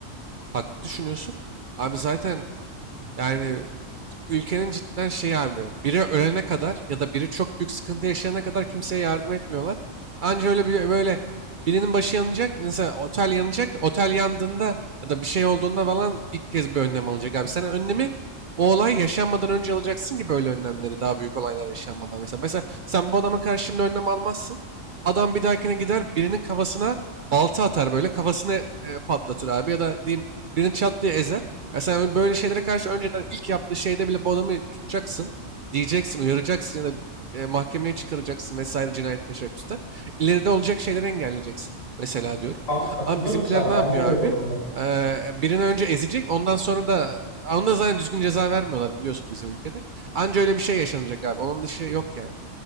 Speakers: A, on the right; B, on the left.
A: Haklı düşünüyorsun. Abi zaten Yani ülkenin cidden şey abi biri ölene kadar ya da biri çok büyük sıkıntı yaşayana kadar kimseye yardım etmiyorlar. Anca öyle bir böyle birinin başı yanacak mesela otel yanacak otel yandığında ya da bir şey olduğunda falan ilk kez bir önlem alacak abi. Sen önlemi o olay yaşanmadan önce alacaksın ki böyle önlemleri daha büyük olaylar yaşanmadan mesela. Mesela sen bu adama karşı şimdi önlem almazsın. Adam bir dahakine gider birinin kafasına balta atar böyle kafasını e, patlatır abi ya da diyeyim birini çat diye ezer. Ya sen böyle şeylere karşı önceden ilk yaptığı şeyde bile bu adamı tutacaksın. Diyeceksin, uyaracaksın ya da e, mahkemeye çıkaracaksın vesaire cinayet teşebbüste. İleride olacak şeyleri engelleyeceksin. Mesela diyorum.
B: Abi katılıyorum
A: Ama bizimkiler
B: sana.
A: ne
B: Bence
A: yapıyor
B: de öyle
A: abi?
B: olmalı.
A: Ee, birini önce ezecek ondan sonra da ona zaten düzgün ceza vermiyorlar biliyorsun bizim ülkede. Anca öyle bir şey yaşanacak abi. Onun dışı yok yani.